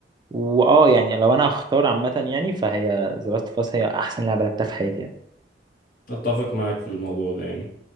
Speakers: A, on the right; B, on the left.
A: واه يعني لو انا هختار عامة يعني فهي The Last of Us هي احسن لعبة لعبتها في حياتي يعني.
B: اتفق معاك في الموضوع ده يعني